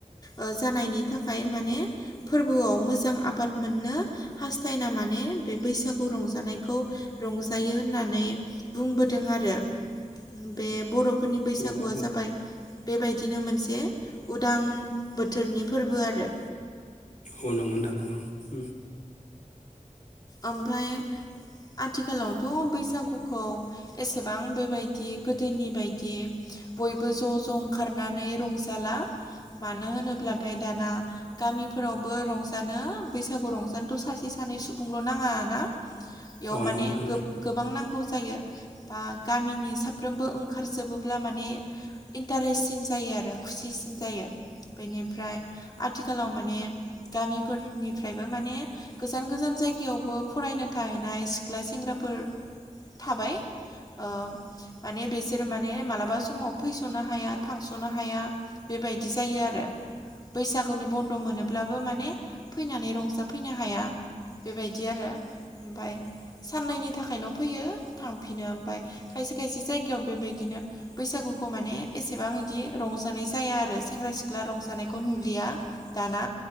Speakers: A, on the left; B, on the left.
A: ओ जानायनि थाखाय माने फोरबोआव मोजां आबाद मोननो हास्थायना माने बे बैसागु रंजानायखौ रंजायो होननानै। बुंबोदों आरो बे बर'फोरनि बैसागुआ
B: नोंथां
A: जाबाय। बेबायदिनो मोनसे उदां बोथोरनि फोरबो आरो।
B: अ नंगौ नोंथां औ <unintelligible>
A: ओमफ्राय। आथिखालावथ' बैसागुखौ एसेबां बेबायदि गोदोनि बायदि। बयबो ज' ज' ओंखारनानै रंजाला। मानो होनोब्लाथाय दाना गामिफोरावबो रंजानो बैसागु रंजानो थ' सासे सानै सुबुंल' नाङा ना बेयाव
B: औ
A: माने
B: नंगौ नोंथां
A: गोबां नांगौ जायो। बा गामिनि साफ्रोमबो ओंखारजोबोब्ला माने इन्टारेससिन जायो आरो खुसि सिनजायो बेनिफ्राय आथिखालाव माने गामिफोरनिफ्रायबो माने गोजान गोजान जायगायावबो फरायनो थाहैनाय सिख्ला सेंग्राफोर थाबाय ओ माने बिसोरो माने मालाबा समाव फैस'नो हाया थांस'नो हाया बेबायदि जायो आरो। बैसागुनि बन्द' मोनोब्लाबो माने फैनानै रंजाफैनो हाया। बेबायदि आरो ओमफ्राय साननैनि थाखायल' फैयो थांफिनो। ओमफ्राय खायसे खायसे जायगायाव बेबायदिनो बैसागु गुखौ माने एसेबां बिदि रंजानाय जाया आरो सेंग्रा सिख्ला रंजानायखौ नुुलिया दाना।